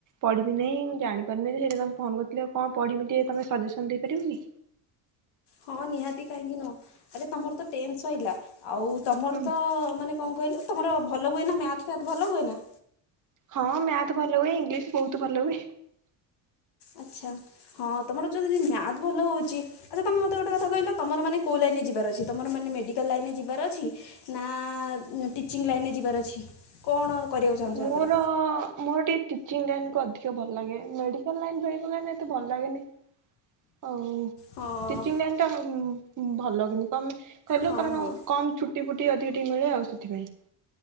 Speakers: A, on the right; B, on the left.
A: ପଢିମି ନେହିଁ ମୁଁ ଜାଣିପାରୁନି ସେଇଟା ତମେ ଫୋନ କରିଥିଲି। ଆଉ କଣ ପଢମି ଟିକେ ତମେ ସଜେସନ ଦେଇପାରିବ କି?
B: ହଁ ନିହାତି କାହିଁକି ନୁହଁ। ଆରେ ତମର ତ ଟେନ୍ ସଇଲା। ଆଉ ତମର
A: ହୁଁ
B: ତ ମାନେ କଁ କହିଲୁ ତମର ଭଲ ହୁଏ ନାଁ ମ୍ୟାଥ୍ ଫ୍ୟାଥ୍ ଭଲ ହୁଏ ନାଁ?
A: ହଁ ମ୍ୟାଥ୍ ଭଲ ହୁଏ ଇଂଲିଶ ବୋହୁତ ଭଲ ହୁଏ।
B: ଆଚ୍ଛା ହଁ ତମର ଯ ଯଦି ମ୍ୟାଥ୍ ଭଲ ହୋଉଚି ଆଚ୍ଛା ତମେ ମତେ ଗୋଟେ କଥା କହିଲ ତମର ମାନେ କଉ ଲାଇନରେ ଯିବାର ଅଛି ତମର ମାନେ ମେଡ଼ିକାଲ ଲାଇନରେ ଯିବାର ଅଛି ନାଁ ଟିଚିଂ ଲାଇନରେ ଯିବାର ଅଛି? କଣ କରିବାକୁ ଚାହୁଁଛ
A: ମୋର
B: ଆପରେ
A: ମୋର ଟିକେ ଟିଚିଂ ଲାଇନ୍ କୁ ଅଧିକ ଭଲ ଲାଗେ ମେଡିକାଲ ଲାଇନ ହେଇଗଲାନି ଏତେ ଭଲ ଲାଗେନେଇ ଆଉ
B: ହଁ
A: ଟିଚିଂ ଲାଇନଟା ଉଁ ଭଲ କିନ୍ତୁ କମେ କହିଲ
B: ହଁ
A: କାରଣ
B: ହଁ
A: କମ ଛୁଟି ଫୁଟି ଅଧିକ ଟି ଟି ମିଳେ ଆଉ ସେଥିପାଇଁ।